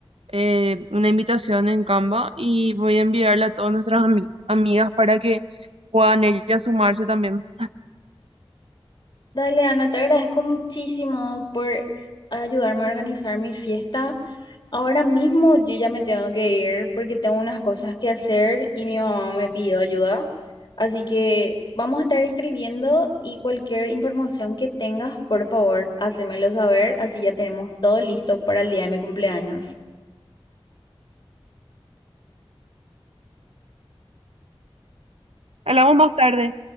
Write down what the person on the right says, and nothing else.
eh, una invitación en Canva y voy a enviarla a todas nuestras ami- amigas para que puedan ellas sumarse también.
Hablamos más tarde.